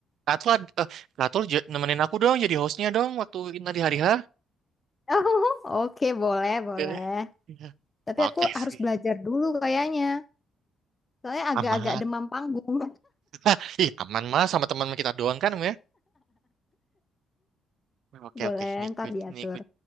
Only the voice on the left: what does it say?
<laughs> Oh, Oke, boleh, boleh.
Tapi
aku harus
belajar dulu kayaknya. Soalnya agak-agak
demam panggung.
<laughs> Boleh,
ntar
diatur.